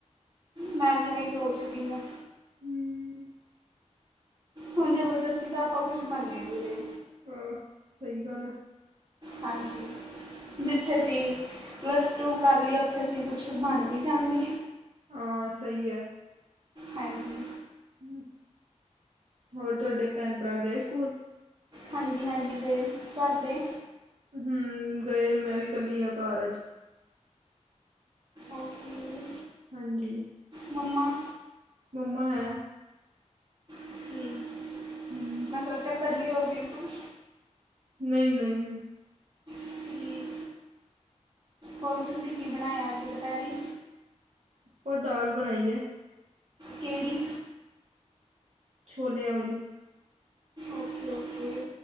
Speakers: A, on the right (about 35°); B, on the right (about 60°).
A: ਮੈਂ ਵੀ ਆਹੀ ਸੋਚਦੀ ਹਾਂ
B: <unintelligible>
A: ਹੁਣ ਜਬਰਦਸਤੀ ਤਾਂ ਆਪਾਂ ਕੁੱਝ ਬਣਨੇ ਤੋਂ ਰਹੇ
B: ਹਾਂ ਸਹੀ ਗੱਲ ਹੈ
A: ਹਾਂਜੀ ਜਿੱਥੇ ਅਸੀਂ ਪਲੱਸ ਟੂ ਕਰ ਲਏ ਉੱਥੇ ਅਸੀਂ ਕੁਛ ਬਣ ਵੀ ਜਾਵਾਂਗੇ
B: ਹਾਂ ਸਹੀ ਹੈ
A: ਹਾਂਜੀ
B: ਹਮ ਹੋਰ ਤੁਹਾਡੇ ਭੈਣ ਭਰਾ ਗਏ ਸਕੂਲ
A: ਹਾਂਜੀ ਹਾਂਜੀ ਗਏ ਤੁਹਾਡੇ
B: ਹਮ ਗਏ ਮੈਂ ਵੀ ਕੱਲੀ ਹਾ ਘਰ ਅੱਜ
A: ਓਕੇ
B: ਹਾਂਜੀ
A: ਮੰਮਾ
B: ਮੰਮਾ ਹੈ
A: ਠੀਕ
B: <unintelligible>
A: ਮੈਂ ਸੋਚਿਆ ਕੱਲੇ ਹੋ ਬਿਲਕੁਲ
B: ਨਹੀਂ ਨਹੀਂ
A: ਠੀਕ ਹੋਰ
B: ਜੀ
A: ਤੁਸੀਂ ਕੀ ਬਣਾਇਆ ਅੱਜ ਦੁਪਹਿਰੀ
B: ਆਪਾਂ ਦਾਲ ਬਣਾਈਏ
A: ਕਿਹੜੀ
B: ਛੋਲਿਆਂ ਵਾਲੀ
A: ਓਕੇ ਓਕੇ